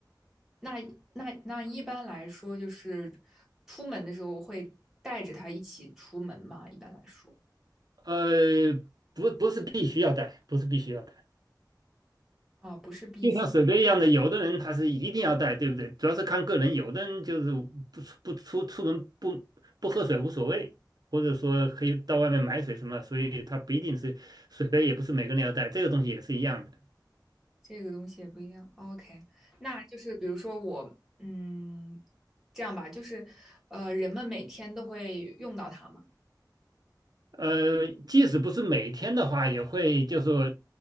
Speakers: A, in the centre; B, on the right (about 60°).
A: 那那那一般来说，就是出门的时候会带着它一起出门嘛？一般来说，
B: 呃，不不是必须要带，不是必须要带，
A: 啊、不是必须，
B: 就像水杯一样的，有的人他是一定要带，对不对？主要是看个人，有的人就是不出不出出门不不喝水无所谓，或者说可以到外面买水什么，所以他不一定是水杯，也不是每个人要带，这个东西也是一样的。
A: 这个东西也不一样。OK，那就是比如说我，嗯，这样吧，就是呃，人们每天都会用到它嘛。
B: 呃，即使不是每天的话，也会就说